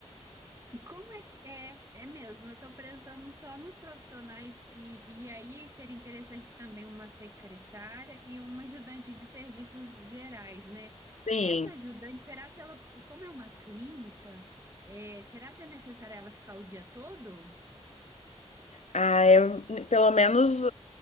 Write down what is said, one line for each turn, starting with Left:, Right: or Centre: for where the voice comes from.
Right: como é que é, é mesmo? Eu estou pensando só nos profissionais e, e aí seria interessante também uma secretária e uma ajudante de serviços gerais, né?
Left: Sim.
Right: Essa ajudante, será se ela, como é uma clínica, é, será se é necessário ela ficar o dia todo?
Left: Ah, eu, pelo menos